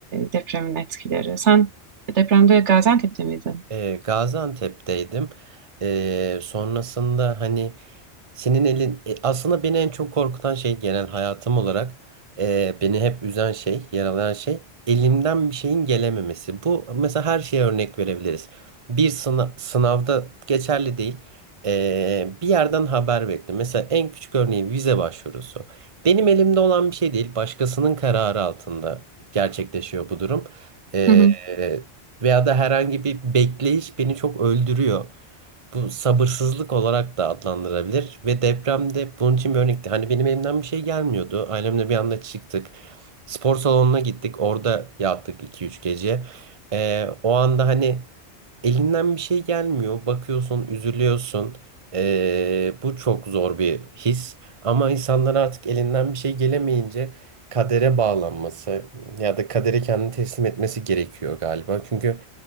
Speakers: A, on the right; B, on the right.
A: depremin etkileri. Sen depremde Gaziantep'te miydin?
B: E, Gaziantep'teydim. E, sonrasında hani senin elin e, aslında beni en çok korkutan şey genel hayatım olarak e, beni hep üzen şey, yaralayan şey elimden bir şeyin gelememesi. Bu mesela her şeye örnek verebiliriz. Bir sınav, sınavda geçerli değil. e, bir yerden haber bekle. Mesela en küçük örneği vize başvurusu. Benim elimde olan bir şey değil. Başkasının kararı altında gerçekleşiyor bu durum. E,
A: Hı hı.
B: veya da herhangi bir bekleyiş beni çok öldürüyor. Bu sabırsızlık olarak da adlandırabilir ve depremde bunun için bir örnekti. Hani benim elimden bir şey gelmiyordu. Ailemle bir anda çıktık. Spor salonuna gittik. Orada yattık iki üç gece. Ee, o anda hani Elinden bir şey gelmiyor. Bakıyorsun, üzülüyorsun. Ee, bu çok zor bir his. Ama insanlar artık elinden bir şey gelemeyince kadere bağlanması ya da kadere kendini teslim etmesi gerekiyor galiba. Çünkü